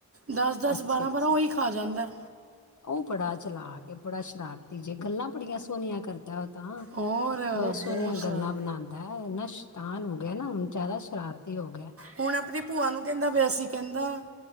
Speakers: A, on the right; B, on the left.
A: ਦਸ- ਦਸ,
B: ਅੱਛਾ
A: ਬਾਰ੍ਹਾਂ-
B: ਅੱਛਾ
A: ਬਾਰ੍ਹਾਂ ਉਹੀ ਖਾ ਜਾਂਦਾ।
B: ਉਹ ਬੜਾ ਚਲਾਕ ਏ, ਬੜਾ ਸ਼ਰਾਰਤੀ ਜਾ, ਗੱਲਾਂ ਬੜੀਆਂ ਸੋਹਣੀਆਂ ਕਰਦਾ ਉਹ ਤਾਂ।
A: ਹੋਰ
B: ਬਹੁਤ ਸੋਹਣੀਆਂ
A: ਸ਼ਰਾਰ
B: ਗੱਲਾਂ ਬਣਾਦਾ, ਇੰਨਾ ਸ਼ੈਤਾਨ ਹੋ ਗਿਆ ਨਾ, ਹੁਣ ਜ਼ਿਆਦਾ ਸ਼ਰਾਰਤੀ ਹੋ ਗਿਆ।
A: ਹੁਣ ਆਪਣੀ ਭੂਆ ਨੂੰ ਕਹਿੰਦਾ ਪਿਆ ਸੀ, ਕਹਿੰਦਾ